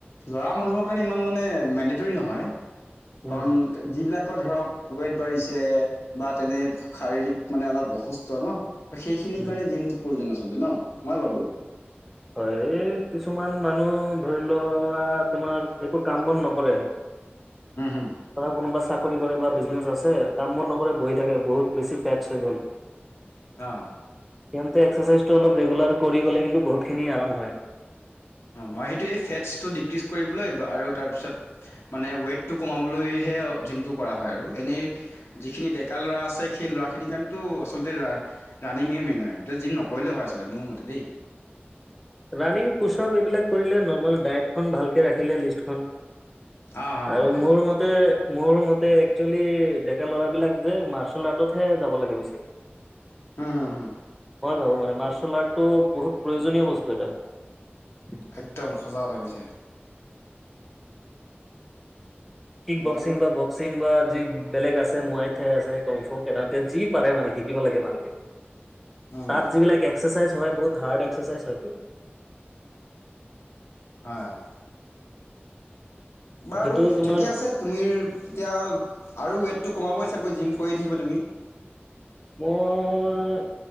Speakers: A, on the left; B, in the centre.
A: ল'ৰা মানুহৰ কাৰণে ইমান মানে মেণ্ডেটৰী নহয়।
B: উম
A: কাৰণ যিবিলাক ধৰক ৱেট বাঢ়িছে বা তেনে শাৰীৰিক মানে অলপ অসুস্থ ন। সেইখিনিৰ
B: উম
A: কাৰণে জিমটো প্ৰয়োজন আচলতে ন' মই ভাবোঁ।
B: হয়। এই কিছুমান মানুহ ধৰিলোৱা তোমাৰ একো কাম বন নকৰে। নকৰে।
A: হম হম
B: ধৰা কোনোবা চাকৰি কৰে বা বিজনেছ আছে। কাম বন নকৰে বহি থাকে বহুত বেছি ফেটছ হৈ গ'ল।
A: অহ।
B: সিহঁতে এক্সাৰচাইজটো অলপ ৰেগুলাৰ কৰি গ'লে কিন্তু বহুতখিনি আৰাম হয়।
A: মই সেইটো এই ফেটচটো ডিক্ৰিজ কৰিবলৈ আৰু তাৰপিছত মানে ৱেইটটো কমাবলৈ জিমটো কৰা হয় আৰু এনেই যিখিনি ডেকা ল'ৰা আছে সেই ল'ৰাখিনিৰ কাৰণেতো আচলতে ৰানিং এই মেইন আৰু ত' জিম নকৰিলেওঁ হয় আচলতে মোৰ মতে। দেই।
B: ৰানিং পুচপ এইবিলাক কৰিলে, নৰ্মেলি ডায়েইটখন ভালকে ৰাখিলে লিষ্টখন।
A: হা হা
B: আৰু
A: হা হা
B: মোৰ মতে মোৰ মতে একচুৱেলি ডেকা ল'ৰাবিলাক যে মাৰ্চেল আৰ্টতহে যাব লাগে বেছি।
A: উম হুম হুম
B: মই ভাবো মানে মাৰ্চেল আৰ্টটো বহুত প্ৰয়োজনীয় বস্তু। <unintelligible>
A: একদম সঁচা কথা কৈছে।
B: কিক বকসিং
A: বাৰু
B: বা বকসিং বা যি বেলেগ আছে মোৱাই ঠাই আছে কংফু কেডাৰতেত যি পাৰে মানে শিকিব লাগে ভালকে।
A: উম।
B: তাত যিবিলাক এক্সাৰচাইজ বহুত হাৰ্ড এক্সাৰচাইজ হয়।
A: হয়, হয়। বাৰু
B: সেইটো তোমাৰ
A: ঠিকে আছে তুমি এতিয়া, আৰু ৱেটটো কমাবই চাগৈ, জিম কৰি থাকিব তুমি।
B: মই